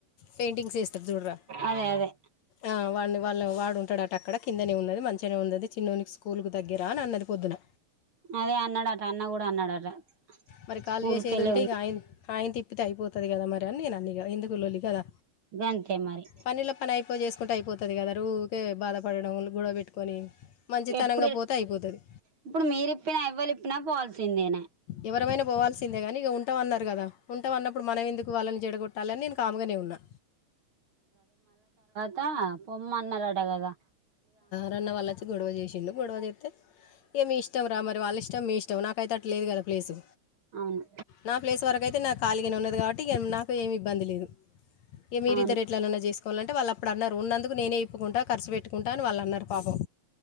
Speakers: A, on the left (about 65°); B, on the right (about 45°).
A: పెయింటింగ్స్ ఏస్ తద్ జూడ్రా
B: అదే అదే
A: ఆ వాని వాళ్ళ వాడుంటాడట అక్కడ కిందనే ఉన్నది మంచిగానే ఉందది. చిన్నోనికి స్కూల్కు తగ్గరా అని అన్నది పొద్దున
B: అదే అన్నాడట అన్న కూడా అన్నాడట
A: మరి కాల్
B: స్కూల్
A: చేసేది
B: కెళ్ళే
A: ఉంటే
B: ఉన్న
A: ఇక ఆయన ఆయన తిప్పితే అయిపోతుంది కదా మరి అని నేను అన్ని ఎందుకు లొళి కదా
B: గంతే మరి
A: పనిలో పని అయిపోయి చేసుకుంటూ అయిపోతు వస్తుంది కద ఊకే బాధపడడం గొడవ పెట్టుకొని మంచితనంగా
B: ఎప్పుడు
A: పోతే అయిపోతుంది
B: ఇప్పుడు మీరిప్పినా ఎవ్వలిప్పినా పోల్సిందేనే
A: వివరమైనా పోవాల్సిందే కానీ ఇక ఉంట అన్నారు కదా ఉంట అన్నప్పుడు మనం ఎందుకు వాళ్ళని జడగొట్టాలని నేను కాముగానే ఉన్నా
B: ఆ పొమ్మన్నాలటగదా
A: రన్న వాళ్ళ వచ్చి గొడవ చేసిండు గొడవ చేస్తే ఇగ మీ ఇష్టం రా మరి వాళ్ళ ఇష్టం మీ ఇష్టం టాం నాకైతే అట్లా లేదు కదా ప్లేసు
B: అవును
A: నా ప్లేస్ వరకు అయితే నాకు ఖాళగానే ఉన్నది కాబట్టి నాకు ఏం ఇబ్బంది లేదు ఇగ మీరిద్దర్
B: అవును
A: అట్లనాన్న చేసుకోలంటే వాళ్ అప్పుడు అన్నారు ఉన్నందుకు నేనే ఇప్పుకుంట ఖర్చ పెట్టు వాళ్ళు అన్నారు పాపం